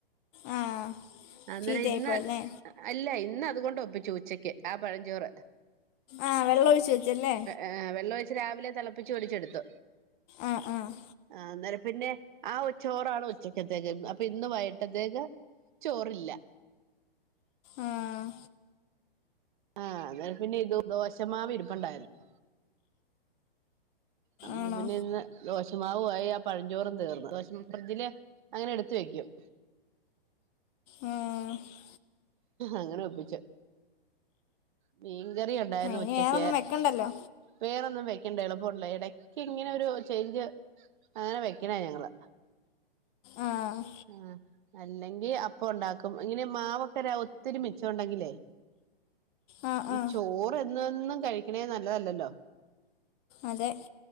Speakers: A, on the left (about 25°); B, on the right (about 55°).
A: ആ
B: അന്നേരം
A: ചീത്തയായിപ്പോയല്ലേ
B: ഇന്ന് അല്ല ഇന്ന് അതുകൊണ്ട് ഒപ്പിച്ചു ഉച്ചക്ക് ആഹ് പഴംഞ്ചോറ്
A: ആഹ് വെള്ളൊം ഒഴിച്ച് വെച്ച് അല്ലേ
B: ആഹ് വെള്ളൊഴിച്ച് രാവിലെ തെളപ്പിച്ച് ഒലിച്ചെട്ത്തു
A: ആഹ് ആഹ്
B: ആഹ് അന്നേരം പിന്നെ ആ ഉ ച്ചോറാണ് ഉച്ചക്കത്തേക്ക് അപ്പൊ ഇന്ന് വൈ പ്രത്യേക ചോറില്ലാ
A: ആഹ്
B: ആഹ് അന്നേരം പിന്നെ ഇതു ദോശമാവ് ഇരിപ്പാെണ്ടായ്ര്ന്നു അന്നേരം
A: ആണോ
B: പിന്നെ ഇന്ന് ദോശുമാവു ആയി ആ പഴഞ്ചോറും തീർന്ന് ദോശ ഫ്രിഡ്ജ്ല് അങ്ങനെ എട്ത്ത് വെക്കും
A: ആ ആ,
B: അങ്ങെനെ ഒപ്പിച്ചു മീൻകറി ഉണ്ടായിരുന്നു
A: ഇനി
B: ഉച്ചക്ക്.
A: വേറെ ഒന്നും വെക്കണ്ടല്ലോ
B: വേറൊന്നും വെയ്ക്കണ്ട എളുപ്പമുണ്ടെ ഇടയ്ക്ക് ഇങ്ങനെ ഒരു ചെയ്ഞ്ച് അങ്ങനെ വെയ്ക്കണ ഞങ്ങള്
A: ആഹ്
B: ആഹ് അല്ലെങ്കി അപ്പം ഒണ്ടാക്കും ഇങ്ങനെ മാവൊക്കെ ര ഒത്തിരി മിച്ചം ഒണ്ടെങ്കിലേ
A: ആ
B: ഈ
A: ആ
B: ചോറ് എന്നും എന്നും കഴിക്ക്ണേ നല്ലതല്ലല്ലോ
A: അതെ